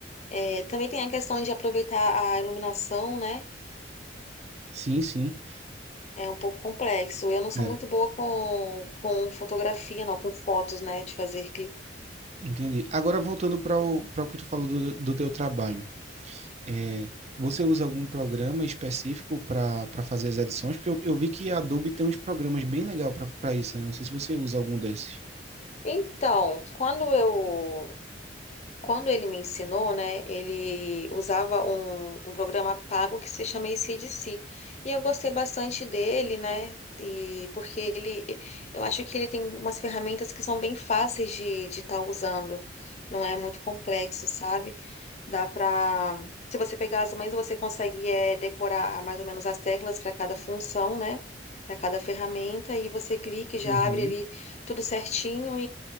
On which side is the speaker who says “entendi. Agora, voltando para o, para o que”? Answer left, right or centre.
Right